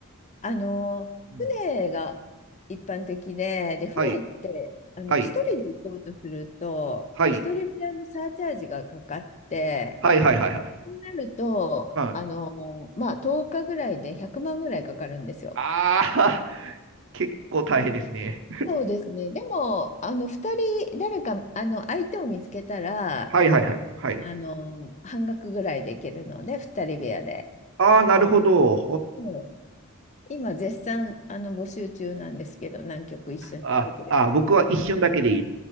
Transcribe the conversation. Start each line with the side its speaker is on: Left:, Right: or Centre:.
Left: あの、
Right: うん、
Left: 船が一般的で、で、船って、
Right: はい、
Left: あの、
Right: はい、
Left: 一人で行こうとすると、
Right: はい、
Left: 一人分のサーチャージがかかって、
Right: はい、はい、はい、はい。
Left: そうなると、
Right: うん、あ
Left: あの、まあ、10日ぐらいで100万ぐらいかかるんですよ。
Right: あ、<laughs> 結構大変ですね。
Left: そうですね。でも、あの、2人、誰か、あの、相手を見つけたら、
Right: はい、はい、はい、はい。
Left: あの、半額ぐらいで行けるので、二人部屋で。
Right: ああ、なるほど。
Left: そう、今絶賛あの募集中なんですけど、南極一緒に行ってくれる。
Right: ああ、僕は一瞬だけでいい。